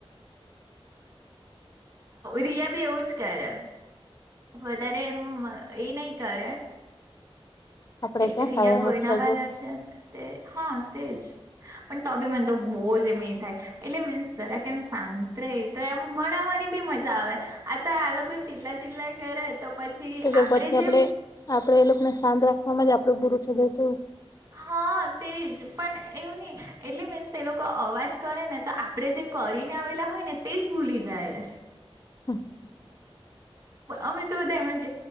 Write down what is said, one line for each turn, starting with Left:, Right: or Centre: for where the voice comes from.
Right: રિયા બી એવું જ કર રેમ વધારે એમ એ નહ કરે
Left: આપડે
Right: એટલે
Left: ક્યાં
Right: રિયા
Left: કાયમ
Right: ગોયના
Left: જ સજે
Right: વાલા છે તે હા તેજ પણ તો બી મને તો બહુ જ એમ થાય એટલે મીન્સ જરા કેમ શાંત રે તો એમ ભણાવવાની બી મજા આવે આ તો આ લોકો ચિલ્લા ચીલ્લા કરે તો પછી
Left: તો
Right: આપડે
Left: પછી
Right: જે
Left: આપડે એ લોકોને શાંત રાખવા જ આપણું બુરું થઈ ગય હતું
Right: હા તેજ પણ એવું નહી એટલે મીન્સ એ લોકો અવાજ કરે ને તો આપડણે જે કરીને આવેલા હોય ને તે જ ભૂલી જાય
Left: હા
Right: અમે તો બધા એમ